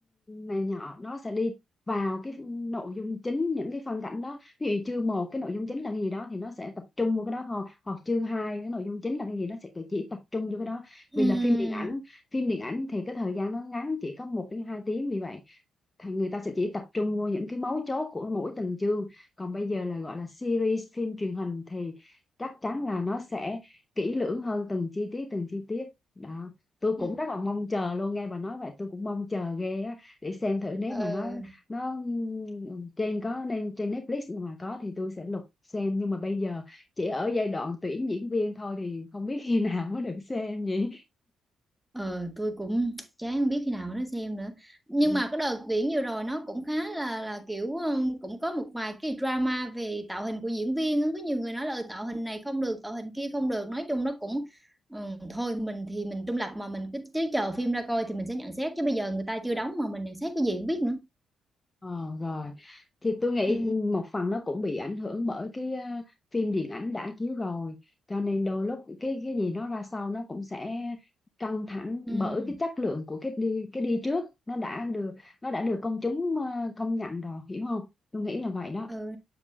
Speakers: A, on the left (about 25°); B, in the centre.
A: này nhỏ nó sẽ đi vào cái nội dung chính những cái phân cảnh đó ví dụ chương một cái nội dung chính là cái gì đó thì nó sẽ tập trung vào cái đó thôi hoặc chương hai cái nội dung chính là cái gì nó sẽ chỉ tập trung vô cái đó
B: Ừm.
A: vì là phim điện ảnh phim điện ảnh thì cái thời gian nó ngắn chỉ có một đến hai tiếng vì vậy thì người ta sẽ chỉ tập trung vô những cái mấu chốt của mỗi từng chương còn bây giờ là gọi là series phim truyền hình thì chắc chắn là nó sẽ kỹ lưỡng hơn từng chi tiết từng chi tiết đó tôi
B: Ừ.
A: cũng rất là mong chờ luôn nghe bà nói vậy tôi cũng mong chờ ghê á để xem thử nếu
B: Ừ.
A: mà nó nó ừ, trên có nên trên Netflix mà có thì tôi sẽ lục xem nhưng mà bây giờ chỉ ở giai đoạn tuyển diễn viên thôi thì không biết khi nào mới được xem nhỉ
B: Ờ tôi cũng <tsk> chán không biết khi nào mà nó xem nữa Nhưng
A: Ừ.
B: mà cái đợt Viễn vừa rồi nó cũng khá là là kiểu ừm, Cũng có một vài cái drama về tạo hình của diễn viên á. Có nhiều người nói là "Ừ, tạo hình này không được, tạo hình kia không được Nói chung nó cũng ừm, Thôi mình thì mình trung lập mà mình cứ, cứ chờ phim ra coi thì mình sẽ nhận xét Chứ bây giờ người ta chưa đóng mà mình nhận xét cái gì không biết nữa
A: Ờ, rồi thì tôi nghĩ
B: Ừ.
A: một phần nó cũng bị ảnh hưởng bởi cái ờ, phim điện ảnh đã chiếu rồi cho nên đôi lúc cái cái gì nó ra sau nó cũng sẽ căng thẳng
B: Ừ,
A: bởi cái chất lượng của cái đi cái đi trước nó đã được nó đã được công chúng ờ, công nhận rồi hiểu không tôi nghĩ là vậy đó
B: ừ,